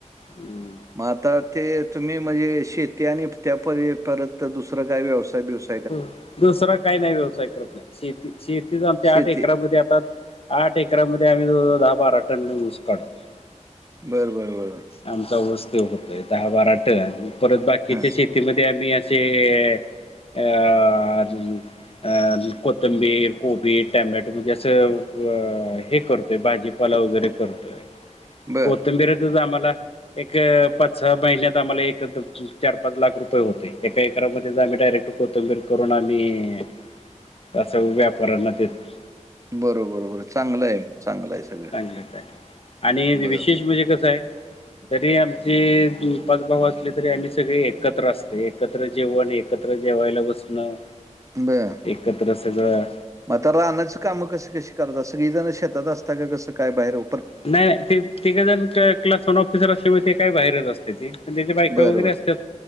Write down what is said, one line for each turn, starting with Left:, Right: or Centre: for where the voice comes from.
Left: हम्म,
Right: मग आता ते तुम्ही म्हणजे, शेती आणि त्या पलीकड परत दुसर काय व्यवसाय बीवसाय
Left: हम्म, दुसरा काही नाही व्यवसाय करत नाही, शेती शेतीच आमची आठ
Right: शेती
Left: एकरामध्ये आता आठ एकरामध्ये आम्ही जवळ जवळ दहा बारा टन ऊस काढतोय.
Right: बरं बरं बरं.
Left: आमचा ऊस ते होतोय, दहा बारा टन परत बाकीच्या
Right: हां
Left: शेतीमध्ये आम्ही असेल अ अ अजून अ कोथिंबीर, कोबीज, टोमॅटो म्हणजे असं हे करतो. भाजीपाला वगैरे करतोय,
Right: बर
Left: कोथिंबीरीचीच आम्हाला एक पाच सहा महिन्यात आम्हाला एक चार पाच लाख रुपये होतेय, एका एकारामध्येच आम्ही डायरेक्ट कोथिंबीर करून आम्ही असं व्यापाऱ्यांना देतोय.
Right: बरोबर बरं चांगलं आहे मंग चांगलंय सगळं.
Left: चांगलं चांगलं. आणि
Right: बर
Left: विशेष
Right: बर
Left: म्हणजे कसंय तरी आमचे दोन पांच भांऊ असले तरी आम्हीं सगळें एकत्र असतें, एकत्र जेवणं आणि एकत्र जेंव्हांयलां बसनं
Right: बरं.
Left: एकत्र सगळं
Right: म आता रानांची कामं कशी कशी करतांत, सगळीं जणंच शेतात असतां कां कसं कायं बाहेर ओ?
Left: नाहीं नाहीं ते तिकडे तिघं जणं तर क्लासवन ऑफिसर असल्यांमूळ ते काय बाहेरचं असत्याती. त्यांच्या बायंका
Right: बरं
Left: वगैरें
Right: बरं
Left: असत्यात